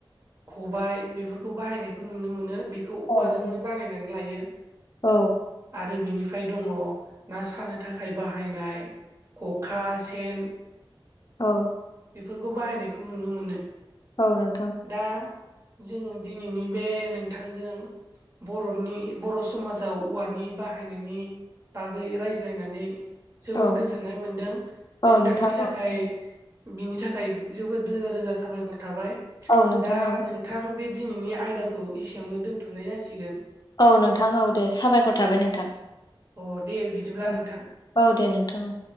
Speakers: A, on the right (about 35°); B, on the left (about 50°).
A: खबाइ बेफोरखौ बाहायनायखौ नुनो मोनो बेखौ
B: औ
A: औवाजोंनो बानायनानै लायो आ
B: औ
A: <unintelligible> रो बिनिफ्राय दङ' ना सानो थाखाय बाहायनाय ख'खा सेन
B: औ ।
A: बेफोरखौ बाहायनायखौ नुनो मोनो ।
B: औ नों
A: दा जों दिनैनि बे नोंथांजों बर'नि बर' समाजाव औवानि बाहायनायनि बागै रायज्लायनानै जोबोद
B: औ
A: गोजोननाय मोनदों नोंथांनि
B: औ नोंथां
A: थाखाय
B: औ औ
A: बिनि थाखाय जोबोद रोजा रोजा साबायखर थाबाय
B: औ नोंथां
A: दा
B: औ
A: नोंथां <unintelligible> बे दिनैनि आयदाखौ इसेयावनो दोनथ'नाय जासिगोन ।
B: औ नोंथां औ दे साबायखर थाबाय नोंथां
A: अ दे बिदिब्ला
B: ।
A: नोंथां
B: औ औ दे नोंथां औ।